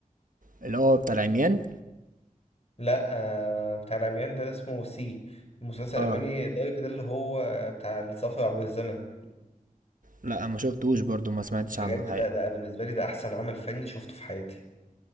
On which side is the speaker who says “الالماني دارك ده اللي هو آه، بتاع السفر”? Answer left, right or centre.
Left